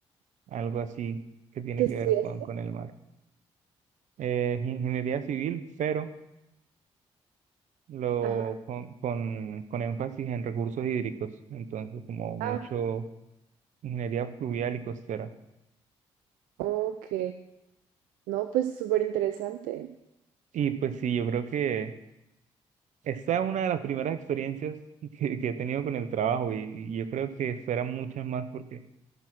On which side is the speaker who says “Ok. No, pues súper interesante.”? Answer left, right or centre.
Right